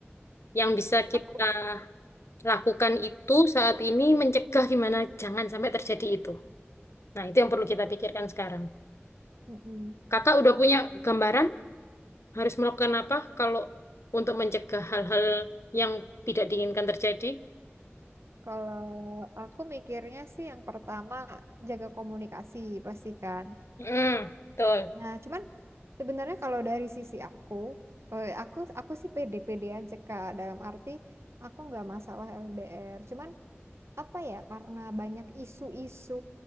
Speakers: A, on the left; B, on the right.
A: Yang bisa kita
B: Aku sih-
A: lakukan itu saat ini mencegah gimana jangan sampai terjadi itu. Nah, itu yang perlu kita pikirkan sekarang.
B: Mm-mm.
A: Kakak udah punya gambaran harus melakukan apa kalau untuk mencegah hal-hal yang tidak diinginkan terjadi?
B: Kalau aku mikirnya sih yang pertama jaga komunikasi pastikan.
A: Hmm, betul.
B: Nah, cuman Sebenarnya kalau dari sisi aku, eh, aku aku sih pede-pede aja Kak. Dalam arti aku nggak masalah LDR. Cuman apa ya? Karena banyak isu-isu